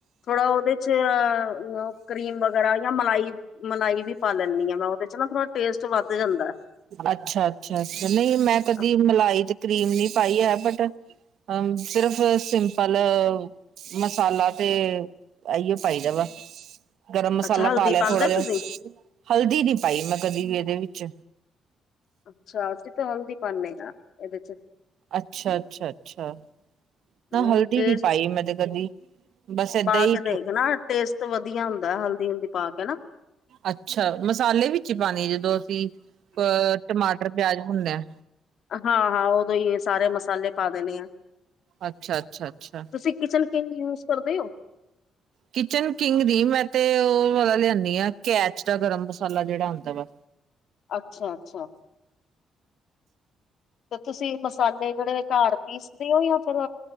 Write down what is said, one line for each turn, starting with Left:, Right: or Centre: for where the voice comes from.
Left: ਥੋੜਾ ਓਦੇ ਚ ਅ, ਕਰੀਮ ਵਗੈਰਾ ਯਾ ਮਲਾਈ ਮਲਾਈ ਵੀ-ਵੀਪਾਲੈਂਣੀ ਆ ਮੈਂ ਓਦੇ ਚੋ ਨਾ ਥੋੜਾ ਟੇਸਟ ਵੱਧ ਜਾਂਦਾ ਹੈ।
Right: ਅੱਛਾ-ਅੱਛਾ ਅ ਨਈ ਮੈਂ ਕਦੀ
Left: ਅਹ,
Right: ਮਲਾਈ ਚ ਕਰੀਮ ਨੀ ਪਾਈ ੲੈ ਬਟ, ਅ, ਸਿਰਫ ਸਿੰਪਲ ਅ ਮਸਾਲਾ ਤੇ, ੲੈਈਓ ਪਾਈ ਦਾ ਵਾ ਗਰਮ ਮਸਾਲਾ
Left: ਅੱਛਾ ਹਲਦੀ
Right: ਪਾ ਲੇਆ
Left: ਪਾਉਂਦੇ
Right: ਥੋੜਾ ਜਾ,
Left: ਤੁਸੀਂ
Right: ਹਲਦੀ ਨੀ ਪਾਈ ਮੈਂ ਕਦੀ ਵੀ ਏਦੇ ਵਿੱਚ।
Left: ਅੱਛਾ, ਅਸੀ ਤੋਂ ਹਲਦੀ ਪਾਣੇ ਆ ਏਦੇ ਚ
Right: ਅੱਛਾ, ਅੱਛਾ, ਅੱਛਾ,
Left: ਹਮ
Right: ਨਾ ਹਲਦੀ
Left: ਟੇਸਟ
Right: ਨੀ ਪਾਈ ਮੈ ਤੇ ਕਦੀ। ਬਸ ਏਦਾਂ
Left: ਪਾ
Right: ਹੀ
Left: ਕੇ ਵੇਖ, ਨਾ ਟੇਸਟ ਵਧੀਆ ਹੁੰਦਾ ਹਲਦੀ ਹੁਲਦੀ ਪਾ ਕੇ ਨਾ।
Right: ਅੱਛਾ, ਮਸਾਲੇ ਵਿੱਚ ਈ ਪਾਣੀ ਜਦੋਂ ਅਸੀਂ, ਅ, ਟਮਾਟਰ, ਪੇਆਜ ਭੁੰਨਣ ਆ।
Left: ਹਾਂ-ਹਾਂ ਓਦੋ ਈ ਏ ਸਾਰੇ ਮਸਾਲੇ ਪਾ ਦੇਣੇ ਆ।
Right: ਅੱਛਾ ਅੱਛਾ ਅੱਛਾ
Left: ਤੁਸੀਂ ਕਿਚਨ ਕਿੰਗ ਯੂਸ ਕਰਦੇ ਅੋ
Right: ਕਿਚਨ ਕਿੰਗ ਦੀ ਮੈਂ ਤੇ ਓ ਵਾਲਾ ਲਆਣੀ ਆਂ ਕੈਚ ਦਾ ਗਰਮ ਮਸਾਲਾ ਜੇੜਾ ਆਦਾ ਵਾ
Left: ਅੱਛਾ-ਅੱਛਾ। ਤੇ ਤੁਸੀਂ ਮਸਾਲੇ ਜੇੜੇ ਘੱਰ ਪੀਸਦੇ ਓ ਯਾ ਫੇਰ